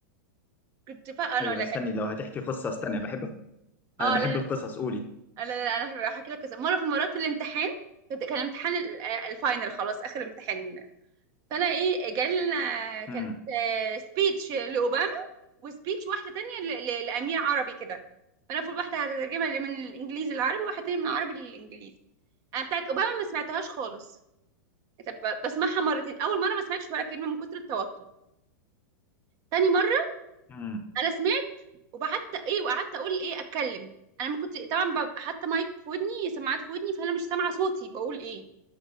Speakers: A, on the right (about 35°); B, on the left (about 20°).
A: كنت فا أنا
B: ايوه
A: أقول لك
B: استني لو هتحكي قصه استني انا بحب
A: اه
B: انا بحب
A: لا
B: القصص قولي
A: لا لا أنا هحكي لك قصة. مرة في المرات في الامتحان كنت- كان امتحان ال- الفاينل خلاص آخر امتحان فأنا إيه جالنا كانت
B: امم
A: سبيتش لأوباما وسبيتش واحده تانية ل- ل- لامير عربي كده فانا المفروض واحده هترجمها اللي من الانجليزي للعربي وواحده تانية من العربي للانجليزي انا بتاعت اوباما ما سمعتهاش خالص طب بسمعها مرتين اول مره ما سمعتش ولا كلمه من كتر التوتر تاني مره
B: امم
A: انا سمعت وبعدت ايه وقعدت اقول ايه اتكلم انا ما كنت طبعا ببقى حاطه مايك في ودني سماعات في ودني فانا مش سامعه صوتي بقول ايه